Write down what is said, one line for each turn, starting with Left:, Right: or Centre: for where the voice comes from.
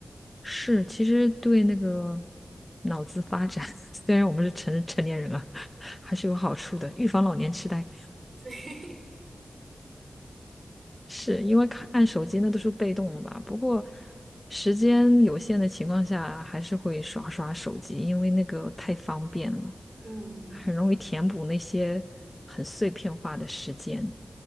Left: 是，其实对那个脑子发展，<laughs> 虽然我们是成成年人了，<laughs> 还是有好处的，预防老年痴呆。
Right: 对，
Left: 是因为看手机那都是被动的吧？不过时间有限的情况下，还是会刷刷手机，因为那个太方便了，
Right: <laughs> 嗯，
Left: 很容易填补那些很碎片化的时间。